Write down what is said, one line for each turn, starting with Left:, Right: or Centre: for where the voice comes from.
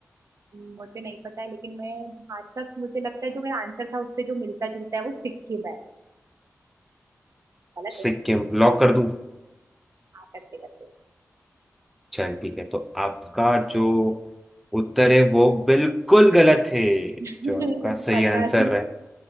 Right: मुझे नहीं पता है लेकिन मैं जहाँ तक मुझे लगता है जो मेरा आंसर था उससे जो मिलता जुलता है वो सिक्किम है गलत
Centre: सिक्किम
Right: है
Centre: लॉक कर दूं
Right: हाँ करते करते
Centre: चल ठीक है तो आपका जो उत्तर है वो बिल्कुल गलत है
Right: <laughs> मेरे
Centre: जो आपका
Right: को
Centre: सही
Right: पता
Centre: आंसर
Right: थी